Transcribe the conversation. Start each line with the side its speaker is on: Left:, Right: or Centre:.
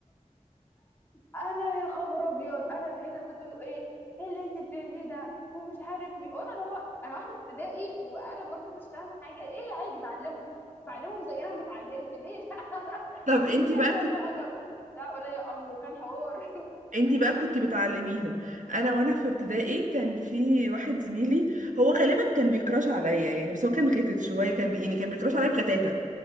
Left: انا يا خبر ابيض انا ساعتها فضلت يقولوا ايه ايه اللي انت بتعمليه ده ومش عارف مين وانا اللي هو انا واحده في ابتدائي وانا برضو مش فاهمه حاجه ايه عادي بعلمهم بعلمهم زي انا ما اتعلمت ليه لا <laughs>
Right: طب انتي
Left: وساعتها
Right: بقى كنت
Left: بقى جابوني لا ولا يا امر وكان حوار
Right: انتي بقى كنت بتعلميهم انا وانا في ابتدائي كان في واحد زميلي هو غالبا كان بيكراش عليا يعني بس هو كان غيتت شويه كان بي... يعني كان بيكراش عليا بغتاتة